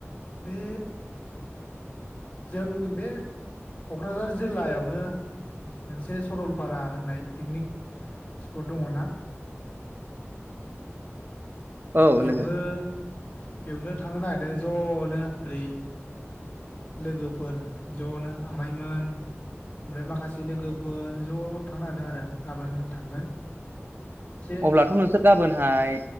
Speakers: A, on the left (about 25°); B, on the right (about 50°).
A: बे जोंनि बे कक्राझार जिल्लायावनो मोनसे सरलपारा होननाय पिकनिक स्पट दङ ना
B: औ
A: बेयावनो
B: लोगो
A: बेवनो थांनो नागिरदों जनो ओरै लोगोफोर जनो आमायमोन ओमफ्राय माखासे लोगोफोर ज थांनो नागिदोंआरो गाबोन थांगोन एसे
B: अब्लाथ नोंसोर गाबोनहाय